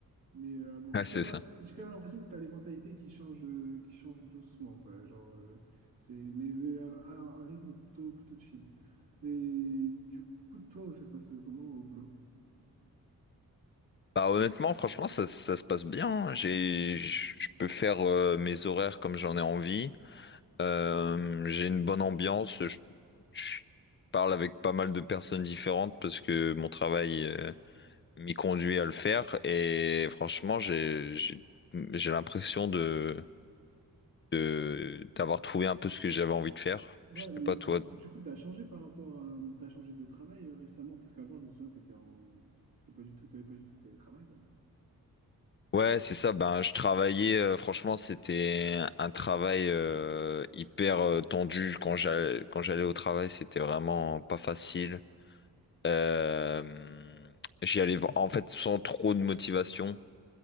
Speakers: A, on the right; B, on the left.
A: Mais euh, bon,
B: Ouais,
A: j'ai
B: c'est
A: quand même,
B: ça.
A: j'ai quand même l'impression que tu as les mentalités qui changent, euh, qui changent doucement, quoi. Genre, euh, c'est, mais euh, à un rythme plutôt, plutôt chill. Et du coup, toi, ça se passe comment au boulot?
B: Bah, honnêtement, franchement, ça, ça se passe bien. hein. J'ai, je je peux faire euh, mes horaires comme j'en ai envie. Euh, j'ai une bonne ambiance. Je, je parle avec pas mal de personnes différentes parce que mon travail euh, m'y conduit à le faire. Et franchement, j'ai, j'ai, j'ai l'impression de, de- d'avoir trouvé un peu ce que j'avais envie de faire.
A: Ouais,
B: Je sais
A: mais
B: pas toi
A: du, coup- du coup, tu as changé par rapport à... Tu as changé de travail euh, récemment, parce qu'avant, je me souviens, tu étais en... t'étais pas du tout, t'avais pas du tout de télétravail, quoi.
B: Ouais, c'est ça. Ben, je travaillais. euh, franchement, c'était un travail euh, hyper euh, tendu quand j'allais quand j'allais au travail. C'était vraiment pas facile. Euh, j'y allais v- en fait sans trop de motivation